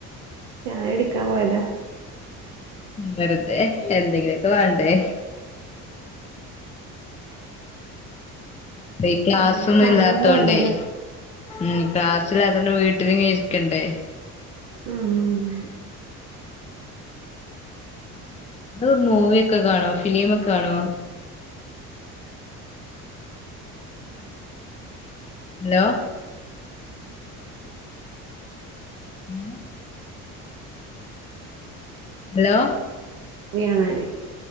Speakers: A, on the right; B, on the left.
A: ചായടിക്കാൻ പോയതാ.
B: വെർതെ എന്തെങ്കിലൊക്കെ വേണ്ടേ. പ്പയ് ക്ലാസ്സൊന്നുല്ലാത്തോണ്ടേ.
A: ഉം സമയം പോണ്ടല്ലേ
B: ഉം ക്ലാസ്സ്ല്ലാത്തോണ്ട് വീട്ടില്ങ്ങ ഇര്ക്കണ്ടേ.
A: ഉം ഉം ഉം.
B: ഇത് മൂവിയൊക്കെ കാണോ ഫിലിമൊക്കെ കാണോ. ഹലോ. ഹലോ. ഹലോ.
A: വ്യണാന്